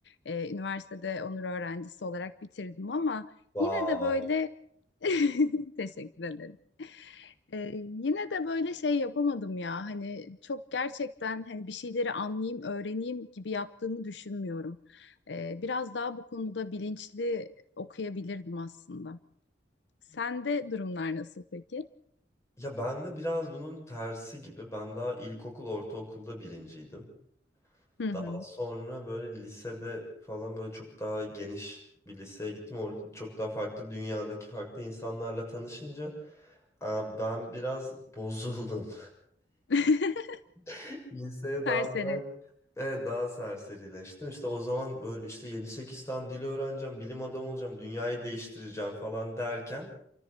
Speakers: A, on the left; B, on the left.
A: E, üniversitede onur öğrencisi olarak bitirdim ama
B: Wow.
A: yine de böyle <laughs> teşekkür ederim. E, yine de böyle şey yapamadım ya. Hani çok gerçekten hani bir şeyleri anlayayım, öğreneyim gibi yaptığımı düşünmüyorum. Ee, biraz daha bu konuda bilinçli okuyabilirdim aslında. Sende durumlar nasıl peki?
B: Ya ben de biraz bunun tersi gibi. Ben daha ilkokul, ortaokulda birinciydim.
A: Hı
B: Daha
A: hı.
B: sonra böyle lisede falan böyle çok daha geniş bir liseye gittim. Orada çok daha farklı dünyadaki farklı insanlarla tanışınca aa, ben biraz bozuldum.
A: <laughs>
B: <laughs> Liseye daha
A: Serseri.
B: biraz- evet, daha serserileştim. İşte o zaman böyle işte yedi sekiz tane dili öğreneceğim, bilim adamı olacağım, dünyayı değiştireceğim falan derken